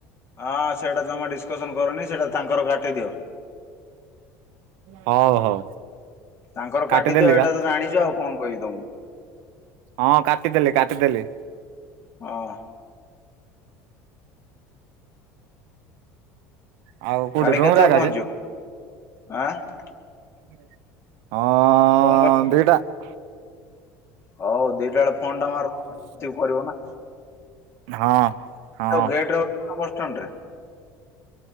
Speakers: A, on the left; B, on the right.
A: ହଁ ସେଟା ଜମା ଡିସକସନ କରୁନି ସେଇଟା ତାଙ୍କର କାଟିଦିଅ
B: ହଉ ହଉ
A: ତାଙ୍କର
B: କାଟିଦେଲି
A: କାଟିଦିଅ ଏଇଟା
B: ବା
A: ତ ଜାଣିଛ ଆଉ କଣ କହିବି ତମ
B: ହଁ କାଟିଦେଲି କାଟିଦେଲି
A: ହଁ
B: ଆଉ କୋଉଠି
A: କାଲି
B: ରୁମ୍
A: କେତେବେଳେ
B: ରେ ଏକା
A: ପହଞ୍ଚିବ
B: କି?
A: ଆଁ
B: ହୁଁ ହଁ
A: କଣ
B: ଦିଟା
A: କର ହଉ ଦିଟା ବେଳେ ଫୋନ୍ ଟାମର କରିବ ନା
B: ହଁ ହଁ
A: ଗଟ କୋଷ୍ଟଣ୍ଡ